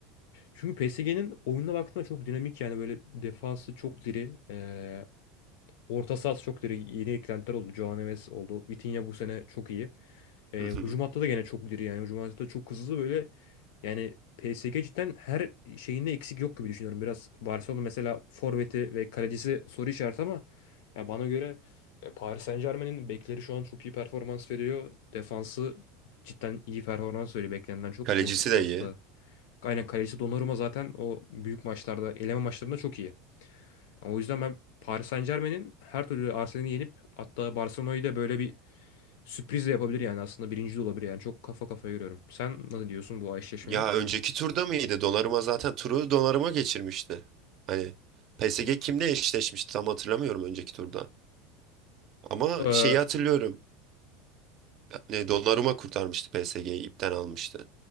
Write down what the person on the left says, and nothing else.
Çünkü PSG'nin oyununa baktığında çok dinamik yani böyle defansı çok diri. e, orta sahası çok diri. Yeni eklentiler oldu. Joao Neves oldu. Vitinha bu sene çok iyi. E,
hücum hattı da gene çok diri yani. Hücum hattı da çok hızlı böyle. Yani PSG cidden her şeyinde eksik yok gibi düşünüyorum. Biraz Barcelona mesela forveti ve kalecisi soru işareti ama ya bana göre e, Paris Saint-Germain'in bekleri şu an çok iyi performans veriyor. Defansı cidden iyi performans veriyor beklenenden çok.
Orta sahası
da. Aynen kalecisi Donnarumma zaten o büyük maçlarda, eleme maçlarında çok iyi. O yüzden ben Paris Saint-Germain'in her türlü Arsenal'i yenip hatta Barcelona'yı da böyle bir Sürpriz de yapabilir yani aslında birinci de olabilir yani çok kafa kafaya görüyorum. Sen ne diyorsun bu eşleşmeye?
Ee,